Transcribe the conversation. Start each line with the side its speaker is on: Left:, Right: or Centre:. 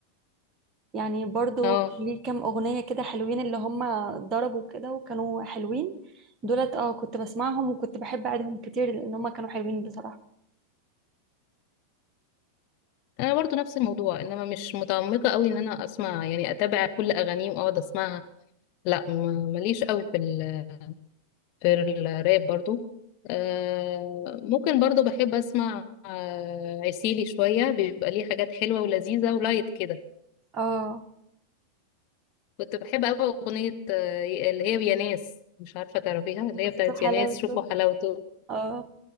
Right: يعني برضو
Left: اه
Right: ليه كام اغنيه كده حلوين اللي هم ضربوا كده وكانوا حلوين دولت اه كنت بسمعهم وكنت بحب اعيدهم كتير لان هم كانوا حلوين بصراحه
Left: انا برضو نفس الموضوع انما مش متعمقه قوي ان انا اسمع يعني اتابع كل اغانيه واقعد اسمعها لا ما- ماليش قوي في ال في الراب برضو آه ممكن برضو بحب اسمع آه عسيلي شويه بيبقى ليه حاجات حلوه ولذيذه ولايت كده
Right: اه
Left: كنت بحب قوي اغنيه آه اللي هي يا ناس مش عارفه تعرفيها اللي
Right: شفت
Left: هي بتاعت
Right: حلاوته
Left: يا ناس شوفوا حلاوته
Right: اه